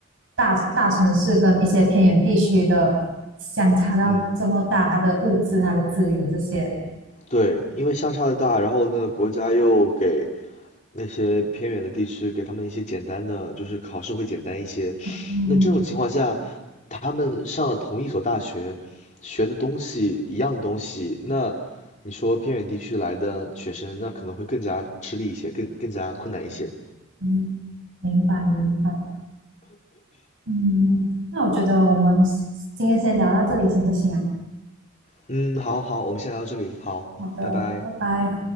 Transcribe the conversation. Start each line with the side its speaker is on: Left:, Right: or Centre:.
Right: 大大城市跟一些偏远地区的相差到这么大，
Left: 嗯，
Right: 它的物质、它的资源这些。
Left: 对，因为相差的大，然后呢，国家又给那些偏远的地区给他们一些简单的，就是考试会简单一些，
Right: 嗯
Left: 那这种情况下，嗯他们上了同一所大学，学的东西一样的东西，那你说偏远地区来的学生，那可能会更加吃力一些，更更加困难一些。
Right: 嗯，明白明白。嗯，那我觉得我们今天先聊到这里行不行啊？
Left: 嗯，好好，我们先聊到这里，好，
Right: 好的，
Left: 拜拜。
Right: 拜拜。